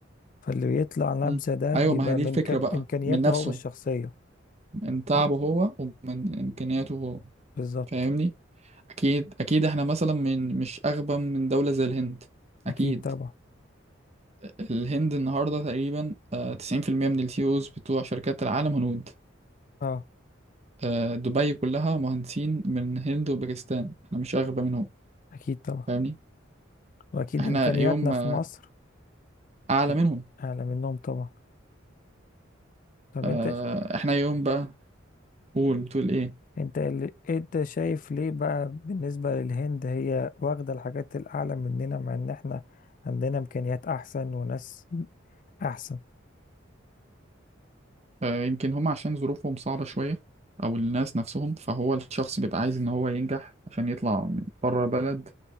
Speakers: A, on the left; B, on the right.
A: فاللي بيطلع نبذة
B: مم.
A: ده
B: أيوة
A: بيبقى
B: ما هي دي
A: من
B: الفكرة
A: ك-
B: بقى
A: إمكانياته
B: من نفسه
A: هو الشخصية
B: من تعبه
A: ب-
B: هو ومن إمكانياته هو
A: بالظبط
B: فاهمني؟ أكيد أكيد إحنا مثلا من مش أغبى من دولة زي الهند أكيد
A: أكيد طبعا
B: الهند النهاردة تقريبا آه، تسعين في المية من السي اوز بتوع شركات العالم هنود
A: اه
B: آه، دبي كلها مهندسين من الهند وباكستان احنا مش أغبى منهم
A: أكيد طبعا
B: فاهمني
A: وأكيد
B: احنا
A: إمكانياتنا
B: يوم
A: في
B: آه،
A: مصر
B: أعلى
A: أكيد
B: منهم
A: أعلى منهم طبعا طب
B: آه،
A: أنت ش-
B: احنا يوم بقى قول بتقول ايه
A: أنت اللي أنت شايف ليه بقى بالنسبة للهند هي واخدة الحاجات الأعلى مننا مع إن إحنا عندنا إمكانيات أحسن وناس أحسن
B: آه، يمكن هم عشان ظروفهم صعبة شوية أو الناس نفسهم فهو الشخص بيبقى عايز إن هو ينجح عشان يطلع بره بلد